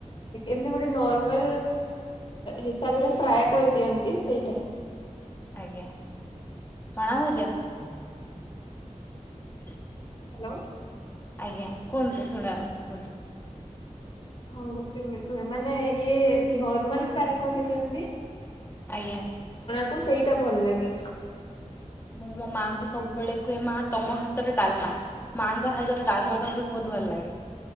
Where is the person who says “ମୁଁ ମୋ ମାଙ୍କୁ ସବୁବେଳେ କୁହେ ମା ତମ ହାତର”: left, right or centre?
Left